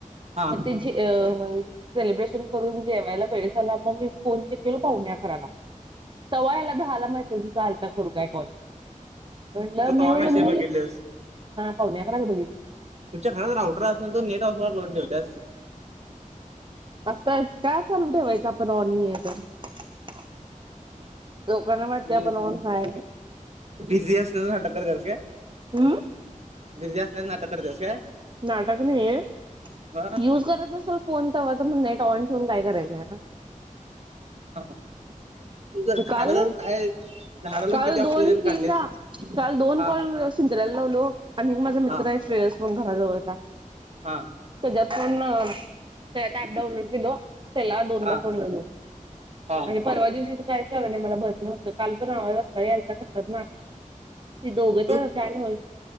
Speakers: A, on the right; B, on the right.
A: हा
B: मग ते जे अ म्हणजे सेलिब्रेशन करून जेवायला वेळ झाला मग मी फोन किती ओ पावणे अकराला तवा याला दहाला मेसेज आलता करू काय कॉल. म्हणलं
A: तू तवा
B: मी म्हणलं
A: मेसेज
B: मी
A: बघितलेस
B: हा पावणे अकराला बघितल.
A: तुमच्या घरात राऊटर असून तू नेट ऑफ का करून ठेवतेस.
B: असच का चालू ठेवायचं आपण ऑन नाही आहे तर. लोकांना वाटते
A: म्हणजे
B: आपण ऑन हाय.
A: बिझी असल्याचं नाटक करतेस काय.
B: हम्म.
A: बिझी असल्याचं नाटक करतेस काय?
B: नाटक नाही आहे.
A: हा
B: युज करत नसेल फोन तवा तर मग नेट ऑन ठेवून काय करायचं हे ना.
A: हा. तु जर
B: मी
A: झाड
B: काल
A: लाऊन हायेस झाड लाऊन
B: काल
A: किती ऑक्सिजन
B: दोन
A: काढलेस?
B: तीनदा काल दोन
A: हा
B: कॉल सिंतराला लावलो हो आणि माझा मित्र
A: हा
B: आहे श्रेयस म्हणून घराजवळचा.
A: हां.
B: त्याच्यात पण त्यात ऍप डाऊनलोड केलो त्याला दोनदा
A: हा
B: फोन लावला
A: हा
B: आणि परवा दिवशीच कायच झालं नाही मला बरं नव्हतं काल पण आवाज <unintelligible> ती दोघे
A: तू
B: पण होते आणि